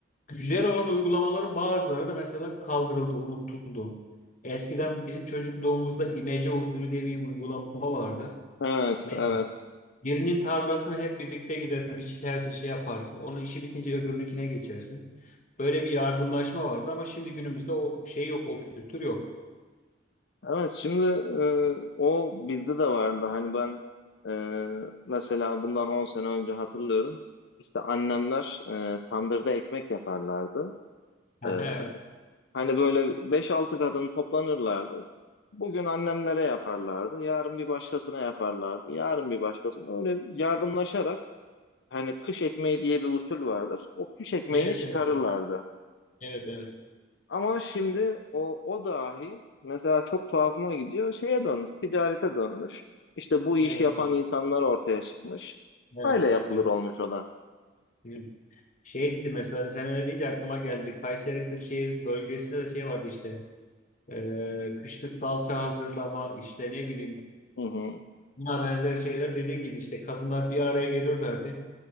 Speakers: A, on the left; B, on the left.
A: güzel olan uygulamaların bazıları da mesela kaldırıldı, unutuldu. Eskiden bizim çocukluğumuzda imece usulü diye bir uygulama vardı.
B: Evet
A: Mesela
B: evet.
A: birinin tarlasını hep birlikte gider, biçersin, şey yaparsın. Onun işi bitince öbürününkine geçersin. Böyle bir yardımlaşma vardı ama şimdi günümüzde o şey yok, o kültür yok.
B: Evet şimdi e, o bizde de vardı. Hani ben e, mesela bundan 10 sene önce hatırlıyorum. İşte annemler e, tandırda ekmek yaparlardı.
A: Aha,
B: E,
A: evet.
B: Hani böyle beş altı kadın toplanırlardı. Bugün annemlere yaparlardı, yarın bir başkasına yaparlardı, yarın bir başkasına. Öyle yardımlaşarak hani kış ekmeği diye bir usul vardır. O kış ekmeğini
A: Evet,
B: çıkarırlardı.
A: evet, evet, evet,
B: Ama şimdi o, o dahi mesela çok tuhafıma gidiyor. Şeye dönmüş, ticarete dönmüş. İşte bu iş
A: evet,
B: yapan insanlar ortaya çıkmış.
A: evet,
B: Böyle yapılır
A: evet.
B: olmuş o da.
A: evet. Şeydi mesela sen öyle deyince aklıma geldi. Kayseri Kırşehir bölgesinde de şey vardı işte. Ee, kışlık salça hazırlama, işte ne bileyim
B: Hı hı.
A: buna benzer şeyler dediğin gibi işte kadınlar bir araya gelirlerdi.